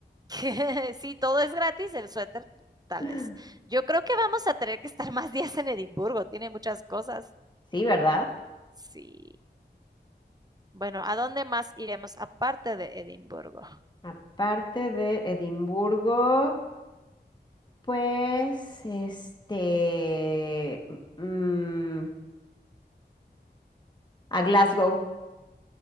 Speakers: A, on the right (about 20°); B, on the left (about 25°).
A: <laughs> sí, todo es gratis, el suéter tal
B: <gasps>
A: vez. Yo creo que vamos a tener que estar más días en Edimburgo, tiene muchas cosas.
B: Sí, ¿verdad?
A: Sí. Bueno, ¿a dónde más iremos aparte de Edimburgo?
B: Aparte de Edimburgo, pues, este, mm, a Glasgow.